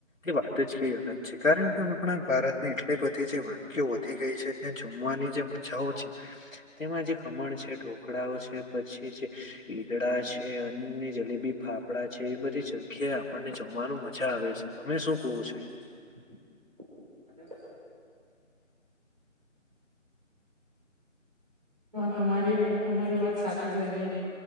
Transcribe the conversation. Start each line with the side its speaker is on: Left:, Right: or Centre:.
Left: એ વાત જ કંઈ અલગ છે. કારણ કે આપણાં ભારતમાં એટલી બધી જે વાનગીઓ વધી ગઈ છે. તે જમવાની જે મજાઓ છે, તેમાં જે ખમણ છે ઢોકળાઓ છે, પછી ઈદડા છે, અને જલેબી-ફાફડા છે, એવી બધી જ જગ્યા આપણને જમવાનું મજા આવે છે. તમે શું કવો
Right: <unintelligible>
Left: છો
Right: તમારી તમારી વાત સાચી છે.